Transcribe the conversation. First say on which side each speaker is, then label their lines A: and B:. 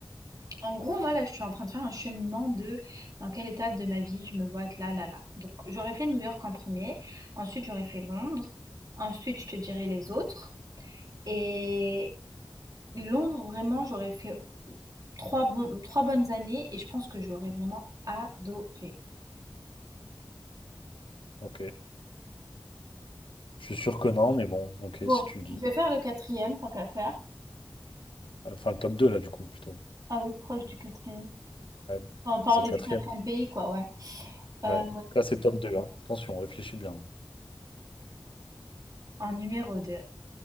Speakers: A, on the right; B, on the left.
A: en gros, moi, là, je suis en train de faire un cheminement de dans quelle étape de ma vie je me vois être là, là, là. Donc, j'aurais fait New York en premier. Ensuite, j'aurais fait Londres. Ensuite, je te dirai les autres. Et, Londres, vraiment, j'aurais fait 3 bon, trois bonnes années et je pense que j'aurais vraiment adoré.
B: Ok, je suis sûr que non, mais bon, ok,
A: Bon,
B: si tu le dis.
A: je vais faire le quatrième, tant qu'à faire.
B: Enfin, le top 2 là, du coup, plutôt.
A: Ah oui, proche du quatrième.
B: Ouais,
A: Enfin, parler
B: c'est le quatrième.
A: du quatrième pays, quoi, ouais. Euh,
B: Ouais, là, c'est top deux. hein. Attention, réfléchis bien.
A: en numéro deux,